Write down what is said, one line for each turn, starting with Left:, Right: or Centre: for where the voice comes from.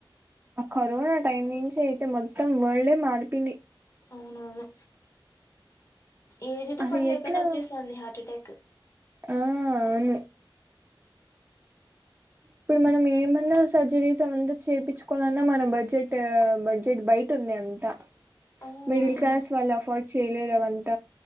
Right: ఆ కరోనా టైం నుంచి అయితే మొత్తం వరల్డే మారిపింది
Left: అవునవును ఏజ్ తో
Right: అది
Left: పని లేకుండా
Right: ఎట్లా
Left: వచ్చేస్తాంది హార్ట్ అటాక్
Right: ఆ అవును ఇప్పుడు మనం ఏమన్నా సర్జరీస్ అవంత చేపిచ్చుకోవాలన్నా మన బడ్జెట్ బడ్జెట్ బయట ఉంది అంతా
Left: ఆ
Right: మిడిల్
Left: అవును
Right: క్లాస్ వాళ్ళు అఫర్డ్ చేయలేదు అవన్ అంత